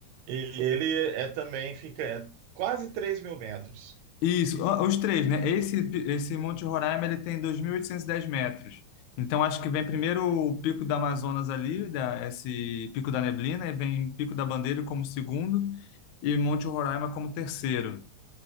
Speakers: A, on the right; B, on the left.
A: E ele é também fica é quase três mil metros.
B: Isso, ó, os três, né? Esse, esse Monte Roraima, ele tem 2.810 metros. Então, acho que vem primeiro o Pico da Amazonas ali, da, esse Pico da Neblina, e vem Pico da Bandeira como segundo e Monte Roraima como terceiro.